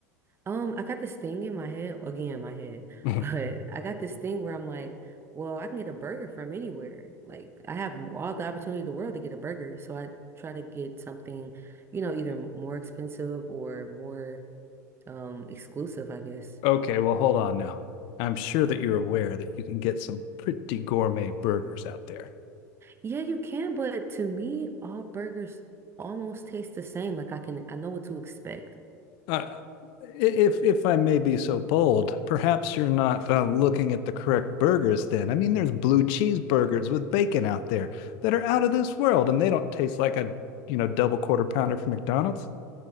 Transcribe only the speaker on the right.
Um, I got this thing in my head, again, my head, <laughs>
but I got this thing where I'm like, well, I can get a burger from anywhere. Like, I have m- all the opportunity in the world to get a burger, so I try to get something, you know, either more expensive or more um exclusive, I guess.
Yeah, you can, but to me, all burgers almost taste the same. Like I can, I know what to expect.